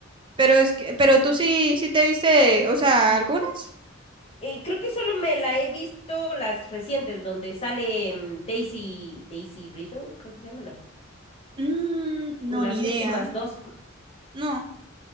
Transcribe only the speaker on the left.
Eh, creo que solo me la he visto las recientes, donde sale mm, Daisy, Daisy Riddle, creo que se llama, ¿no?
Las
últimas dos,